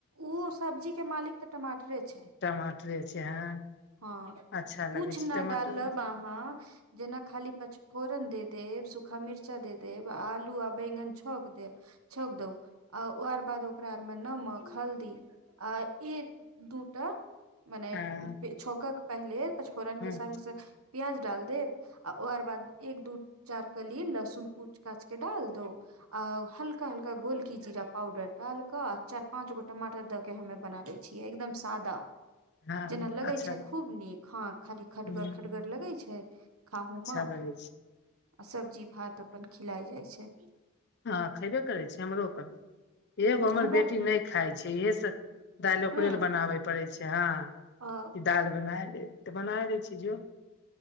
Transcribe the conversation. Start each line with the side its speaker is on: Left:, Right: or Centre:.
Right: ओहि सब्जीके मालिक तऽ टमाटरे छै।
Left: टमाटरे छै हँ।
Right: हँ,
Left: अच्छा
Right: किछु
Left: लगै छै
Right: नहि
Left: टमाटर
Right: डालब अहाँ, जेना खाली पच फोरन दऽ देब, सूखा मिरचा दऽ देब, आलू आ बैंगन छौंक दऽ देब। छौंक दऽ आ ओकर बाद ओकरामे नमक हल्दी। आ एक दू‌ टा मने
Left: हँ
Right: छौंकक पहिले पचफोरन
Left: हँ
Right: के संग संग प्याज डाल देब आ ओकर बाद एक दू चार कली लहसुन कूच काच के डाल दो आ हल्का हल्का गोलकी जीरा पाउडर डाल के आ चार पाँच गो टमाटर दऽ के हमे बनावै छियै एकदम सादा
Left: हँ
Right: जेना लगै
Left: अच्छा
Right: छै खूब नीक हँ खाली
Left: हूँ
Right: खटगर खटगर लगै छै खाहू
Left: अच्छा
Right: मे
Left: लगै छै
Right: आ सब्जी भात अपन खिलाय जाइ छै
Left: हँ खैबे करै छै हमरो पर एगो
Right: हुं,
Left: हमर
Right: हमरा
Left: बेटी नहि खाय छै इहे सब दालि ओकरे
Right: हँ
Left: ले बनाबे पड़ै छै हँ
Right: ओ
Left: दालि बना देब तऽ बनाइ दै छै जो